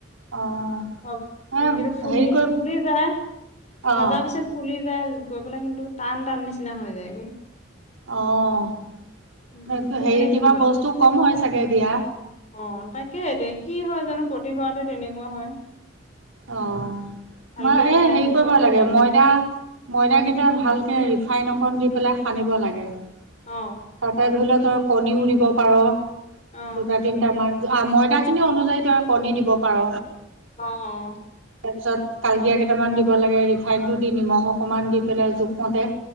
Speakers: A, on the right (about 80°); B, on the left (about 35°).
A: অঁ
B: অঁ' নিমকিটো
A: এ
B: ফুলি
A: হেৰি কৰি
B: ফুলি যায়, ভাজা
A: অঁ
B: পিছত- ফুলি যায় গৈ পেলাই কিন্তু, টান টান নিচিনা হৈ যায়।
A: অঁ'
B: উম
A: সেইটো হেৰি
B: কেনেকে
A: কিবা বস্তু কম হয় চাগে দিয়া।
B: অঁ' তাকে এতিয়া কি হয় জানো প্ৰতিবাৰতে তেনেকুৱা হয়।
A: অঁ' তোমাৰ
B: ভালকে
A: এ
B: মানে
A: হেৰি
B: জোখত
A: কৰিব
B: নোহোৱাগৈ
A: লাগে ময়দা- ময়দা গেটা ভালকে ৰিফাইন অকণ দি পেলাই সানিব লাগে।
B: অ
A: তাতে ধৰি ল তই কণীও
B: অ
A: দিব পাৰ
B: অ
A: দুটা তিন- তামান অঁ ময়দা খিনি অনুযায়ী তই কণী দিব পাৰ।
B: অঁ অঁ।
A: তাৰপিছত কালজিৰা কেটামান দিব লাগে ৰিফাইনটো দি নিমখ অকমান দি পেলাই জোখমতে-